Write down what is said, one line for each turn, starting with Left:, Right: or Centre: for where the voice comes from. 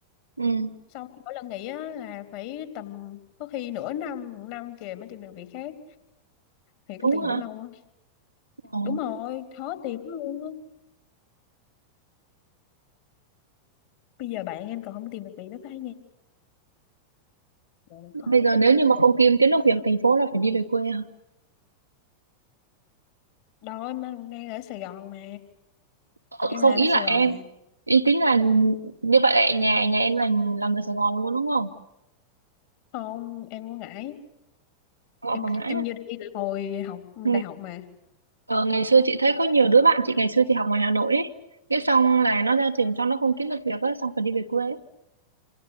Right: ừ.
Left: xong mỗi lần nghỉ á là phải tầm có khi nửa năm một năm kìa mới tìm được việc khác thì
Right: Đúng
Left: công ty này
Right: hả?
Left: cũng lâu quá
Right: Ờ.
Left: đúng rồi khó tìm lắm luôn á bây giờ bạn em còn không tìm được việc nó phải nhà rồi khó
Right: Bây giờ
Left: tin
Right: nếu
Left: lắm
Right: như mà không kiếm kiếm được việc thành phố là phải đi về quê hả?
Left: đâu em đang đang ở Sài Gòn mà
Right: Ờ,
Left: em
Right: không
Left: làm
Right: ý
Left: ở Sài
Right: là
Left: Gòn
Right: em
Left: mà
Right: ý tính là như vậy là nhà nhà em là là người Sài Gòn luôn đúng không?
Left: không em ở Ngãi
Right: Không ở
Left: em
Right: Quảng Ngãi
Left: em
Right: à?
Left: như đi từ hồi học
Right: Ừ.
Left: đại học mà
Right: Ờ, ngày xưa chị thấy có nhiều đứa bạn chị ngày xưa chị học ngoài Hà Nội ấy. Cái xong là nó ra trường xong nó không kiếm được việc á, xong phải đi về quê á.